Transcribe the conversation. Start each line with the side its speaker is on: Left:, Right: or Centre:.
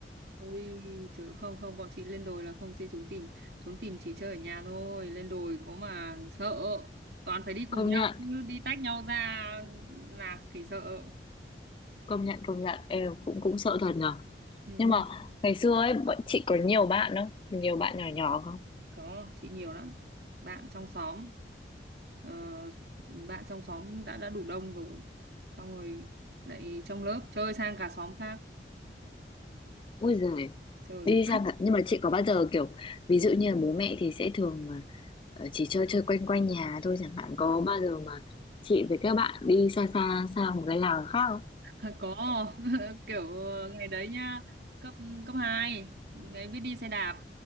Right: ôi chứ không không bọn chị lên đồi là không chơi trốn tìm trốn tìm chỉ chơi ở nhà thôi lên đồi có mà sợ toàn phải đi cùng
Left: công
Right: nhau
Left: nhận
Right: chứ đi tách nhau ra lạc thì sợ
Left: công nhận công nhận em cũng cũng sợ thật nhở
Right: <laughs>
Left: nhưng mà ngày xưa ấy bọn chị có nhiều bạn không nhiều bạn nhỏ nhỏ không
Right: có chị nhiều lắm bạn trong xóm ờ, bạn trong xóm đã đã đủ đông rồi xong rồi lại trong lớp chơi sang cả xóm khác
Left: ui giời
Right: trời
Left: đi
Right: ác
Left: sang cả- nhưng mà chị có bao giờ kiểu ví dụ như là bố mẹ thì sẽ thường à, ờ, chỉ chơi chơi quanh quanh nhà thôi chẳng hạn có bao giờ mà chị với các bạn đi xa xa sang một cái làng khác không?
Right: <laughs> có <laughs> kiểu ờ, ngày đấy nhá cấp cấp 2 ngày biết đi xe đạp